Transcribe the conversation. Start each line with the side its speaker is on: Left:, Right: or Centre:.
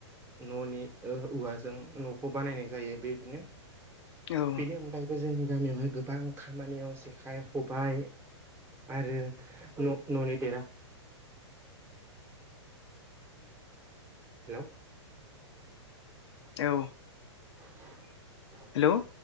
Right: न'नि ओ औवाजों न'खौ बानायनाय जायो बेदिनो
Left: औ ओं
Right: बेनि अनगायै जोंनि गामियावहाय गोबां खामानियाव जेखाइ खबायाइ आरो न न'नि देरा हेल'
Left: औ
Right: <unintelligible>
Left: हेल'